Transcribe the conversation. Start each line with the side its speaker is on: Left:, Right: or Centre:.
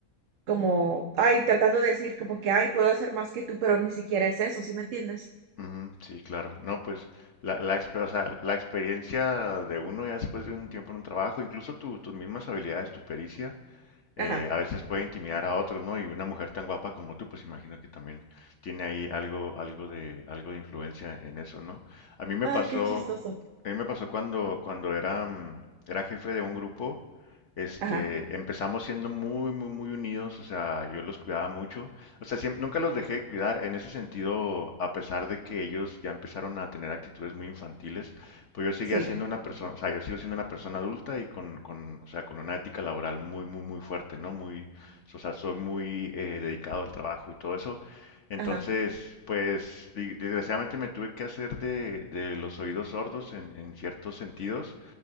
Right: como, ay, tratando de decir como que, ay, puedo hacer más que tú, pero ni siquiera es eso, ¿sí me entiendes?
Left: Ujú, sí, claro. No, pues la, la, exper- o sea, la experiencia de uno ya después de un tiempo en un trabajo, incluso tu- tus mismas habilidades, tu pericia, eh,
Right: Ajá.
Left: a veces puede intimidar a otros, ¿no? Y una mujer tan guapa como tú, pues imagino que también tiene ahí algo, algo de, algo de influencia en eso, ¿no? A mí me
Right: Ay,
Left: pasó,
Right: qué chistoso.
Left: a mí me pasó cuando, cuando era, mm, era jefe de un grupo, este,
Right: Ajá,
Left: empezamos siendo muy, muy, muy unidos, o sea, yo los cuidaba mucho, o sea, siem- nunca los dejé de cuidar en ese sentido, a pesar de que ellos ya empezaron a tener actitudes muy infantiles, pues yo seguía
Right: sí.
Left: siendo una persona, o sea, yo sigo siendo una persona adulta y con, con, o sea, con una ética laboral muy, muy, muy fuerte, ¿no? Muy, o sea, soy muy eh, dedicado al trabajo y todo eso. Entonces,
Right: Ajá,
Left: pues, di- desgraciadamente me tuve que hacer de, de los oídos sordos en, en ciertos sentidos,